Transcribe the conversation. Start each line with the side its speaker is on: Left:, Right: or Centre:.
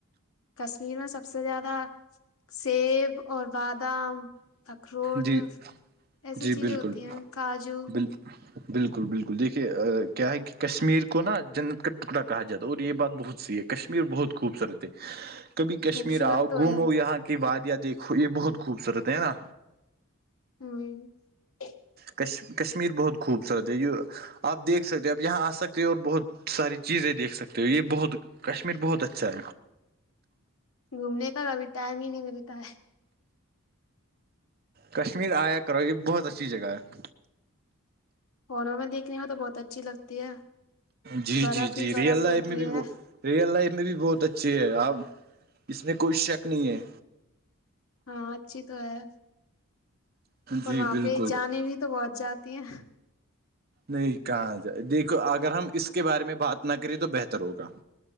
Left: کشمیر میں سب سے زیادہ سیب اور بادام اخروٹ
Right: جی
Left: ایسی
Right: جی
Left: چیزیں
Right: بالکل
Left: ہوتی ہیں کاجو
Right: بال بالکل بالکل دیکھیے کیا ہے کہ کشمیر کو نا جنت کا ٹکڑا کہا جاتا ہے اور یہ بات بہت صی ہے کشمیر بہت خوبصورت ہے
Left: <inaudible>
Right: کبھی کشمیر
Left: خوبصورت
Right: آؤ
Left: تو
Right: گھومو
Left: ہے
Right: یہاں کی وادیا دیکھو یہ بہت خوبصورت ہے ہے نا
Left: ہوں
Right: کش کشمیر بہت خوبصورت ہے یہ آپ دیکھ سکتے ہو اپ یہاں آ سکتے ہو اور بہت ساری چیزیں دیکھ سکتے ہو یہ بہت کشمیر بہت اچھسائ
Left: گھومنے کا کبھی ٹائم ہی نہیں ملتا ہے
Right: کشمیر آیا کرو یہ بہت اچھی جگہ ہے
Left: ہنو میں دیکھنے میں تو بہت اچھی لگتی ہے
Right: جی
Left: برف
Right: جی جی
Left: ہی برف
Right: ریئل
Left: ہوتی
Right: لائف میں بھی
Left: ہے
Right: وہ ریئل لائف میں بھی بہت اچھی ہے اپ اس میں کوئی شک نہیں ہے
Left: ہاں اچھی تو ہے اور
Right: جی
Left: وہاں
Right: بالکل
Left: پہ جانے بھی تو بہت جاتی ہیں
Right: نہیں کہاں جائے دیکھو اگر ہم اس کے بارے میں بات نہ کریں تو بہتر ہوگا